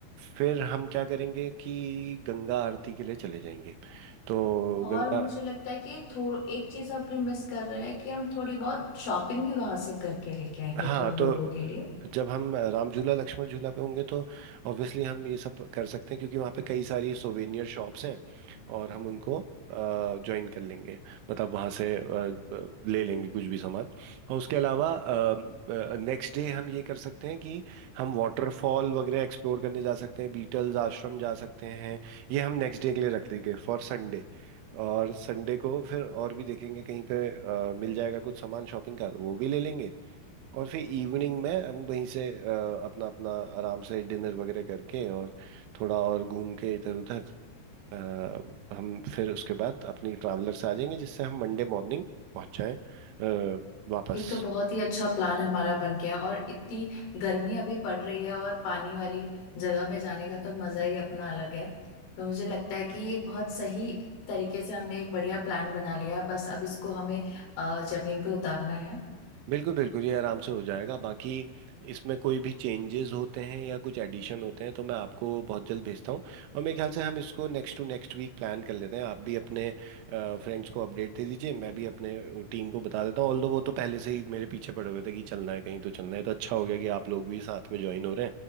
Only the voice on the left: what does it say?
और
मुझे लगता है कि थो एक चीज आपने मिस कर रहे हैं कि हम थोड़ी बहुत शॉपिंग भी वहां से करके लेके आएंगे
थोड़े लोगों
के लिए
ये तो बहुत ही अच्छा प्लान हमारा बन गया और इतनी गर्मी अभी पड़ रही है और पानी वाली जगह में जाने का तो मजा ही अपना अलग है तो मुझे लगता है कि ये बहुत सही तरीके से हमने एक बढ़िया प्लान बना लिया है बस अब इसको हमें अ, जमीन पे उतारना है